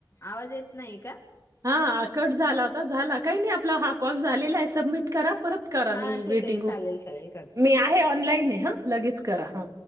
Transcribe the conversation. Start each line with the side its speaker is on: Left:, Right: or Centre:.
Left: आवाज येत नाही का?
Right: हा कट झाला होता, झाला काही नाही आपला हा कॉल झालेला आहे सबमिट. करा परत करा,
Left: हा
Right: मी वेटिंग
Left: ठीक आहे
Right: व
Left: चालेल चालेल करते.
Right: मी आहे ऑनलाईन हे. ह लगेच करा ह